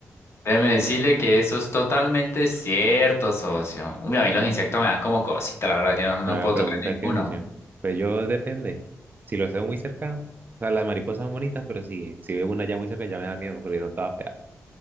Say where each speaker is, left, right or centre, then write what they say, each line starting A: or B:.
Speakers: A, on the left (about 50°); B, on the right (about 35°).
A: Déjeme decirle que eso es totalmente cierto, socio. Uy, a mí los insectos me dan como cosita, la verdad, yo no, no
B: Pero
A: puedo
B: la pregunta
A: tocar ninguno.
B: que es, socio. Pues yo depende. Si los veo muy cerca, o sea, las mariposas son bonitas, pero sí, si veo una ya muy cerca ya me da miedo porque son todas feas.